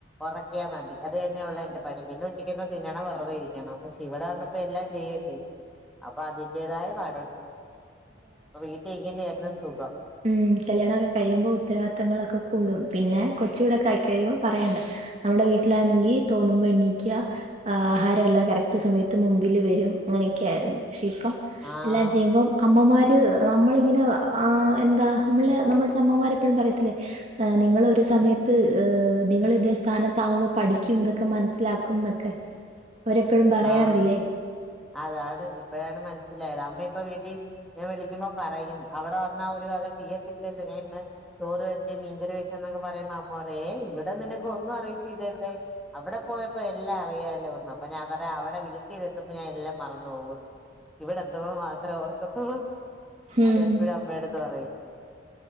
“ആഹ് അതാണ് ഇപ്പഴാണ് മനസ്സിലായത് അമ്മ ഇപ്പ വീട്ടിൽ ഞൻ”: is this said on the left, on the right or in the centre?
Centre